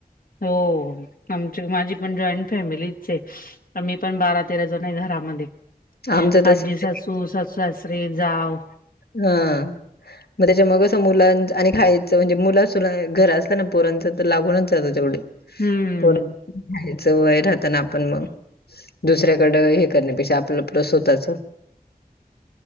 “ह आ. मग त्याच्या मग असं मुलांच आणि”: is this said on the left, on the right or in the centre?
Left